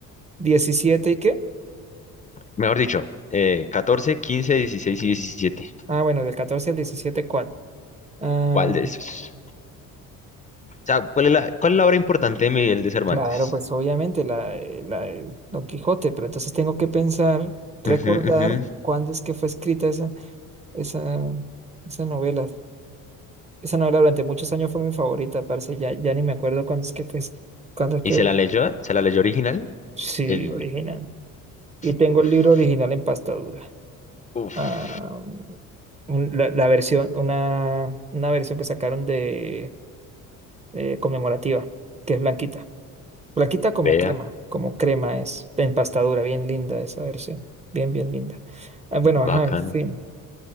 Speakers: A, on the right; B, on the left.
A: diecisiete ¿y qué?
B: Mejor dicho, eh, 14, 15, 16 y 17.
A: Ah, bueno, del 14 al 17, ¿cuál? Ah,
B: ¿Cuál de esos? O sea, ¿cuál es la, cuál es la obra importante de Miguel de Cervantes?
A: claro, pues obviamente la, eh, la del Don Quijote, pero entonces tengo que pensar, recordar
B: Ujú, ujú.
A: cuándo es que fue escrita esa, esa, esa novela. Esa novela durante muchos años fue mi favorita, parce, ya, ya ni me acuerdo cuándo es que fue, es- cuándo es que,
B: ¿Y se la leyó? ¿Se la leyó original?
A: sí,
B: El...
A: original. Y tengo
B: Uf,
A: el libro original en pasta dura.
B: uf.
A: Ah, un- la, la versión, una, una versión que sacaron de eh, conmemorativa, que es blanquita. Flaquita como
B: Vea,
A: crema, como crema es, de empastadura, bien linda esa versión, bien, bien linda. Ah, bueno, ajá,
B: bacano.
A: en fin.